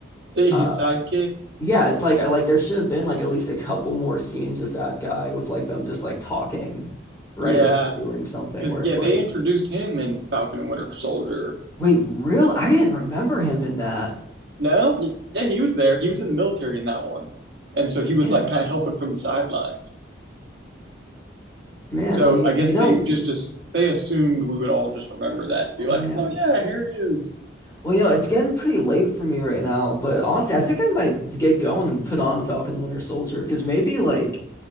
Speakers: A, on the right; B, on the left.
A: his
B: Uh,
A: sidekick.
B: yeah, it's like I like there should have been like at least a couple more scenes with that guy with like them just like talking, right?
A: Yeah,
B: Or like doing something
A: because
B: where it's
A: yeah,
B: like
A: they introduced him in Falcon and Winter Soldier.
B: Wait, real? I didn't remember him in that.
A: No, yeah, yeah, he was there. He was in the military in that one, and so he was
B: Yeah,
A: like kind of helping from the sidelines.
B: man.
A: So
B: Well, you,
A: I guess
B: you know,
A: they just just they assumed we would all just remember that and be like,
B: man.
A: oh yeah, here he is.
B: Well, you know, it's getting pretty late for me right now, but honestly, I think I might get going and put on Falcon and Winter Soldier because maybe like